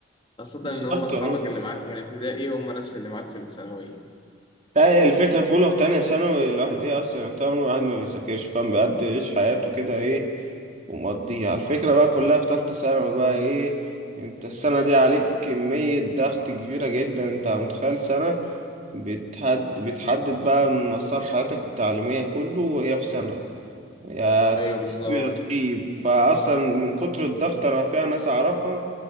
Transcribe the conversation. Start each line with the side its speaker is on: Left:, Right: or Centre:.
Left: خاصة
Right: بالظبط
Left: إن هم أصحابك
Right: اهو
Left: اللي معاك من الابتدائي هم نفس اللي معاك في الثانوية
Right: لا، هي الفكرة في أولى وتانية ثانوي الواحد إيه أصلا يعني طول الواحد ما بيذاكرش فاهم بيقعد يعيش حياته كده إيه ومقضيها على الفكرة بقى كلها في تالتة ثانوي بقى ايه انت السنة دي عليك كمية ضغط كبيرة جدا انت متخيل سنة بتحد بتحدد بقى من مسار حياتك التعليمية كله وهي في سنة يا تسيب
Left: أيوه بالظبط
Right: يا تخيب فاصلا من كتر الضغط انا فيها ناس اعرفها